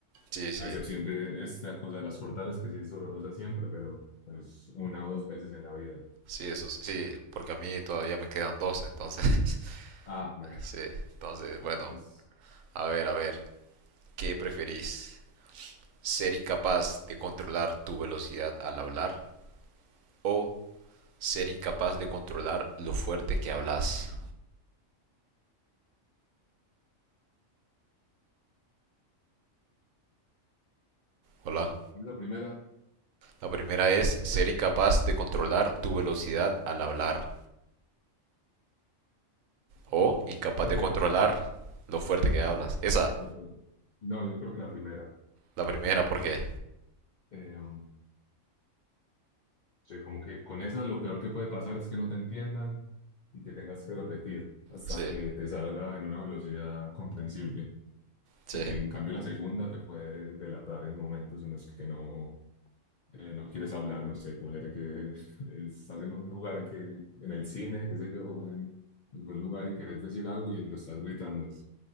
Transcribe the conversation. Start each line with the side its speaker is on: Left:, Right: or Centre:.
Right: sí, sí.
Left: a excepción de esta cosa de las cortadas, que sí es dolorosa siempre, pero, pero es una o dos veces en la vida.
Right: Sí, eso s- sí, porque a mí todavía me quedan dos, entonces, <laughs>
Left: Ah, <laughs> bueno,
Right: sí, entonces,
Left: bueno,
Right: bueno,
Left: pues
Right: a ver, a ver, ¿qué preferís? ¿Ser incapaz de controlar tu velocidad al hablar o ser incapaz de controlar lo fuerte que hablas? Hola.
Left: la primera,
Right: La primera es ser
Left: se-
Right: incapaz de controlar tu velocidad al hablar o incapaz
Left: creo
Right: de
Left: que
Right: controlar
Left: esa,
Right: lo fuerte que hablas. Esa,
Left: el no, yo creo que la primera.
Right: la primera, porque
Left: Eh, o como que con esa lo peor que puede pasar es que no te entiendan y que tengas que repetir hasta
Right: sí,
Left: que te salga en una velocidad comprensible.
Right: sí,
Left: Eh, En cambio, la segunda te puede delatar en momentos en los que no, eh, no quieres hablar, no sé, ponele que <laughs> estás en un lugar que, en el cine, qué sé yo, en algún lugar y querés decir algo y lo estás gritando,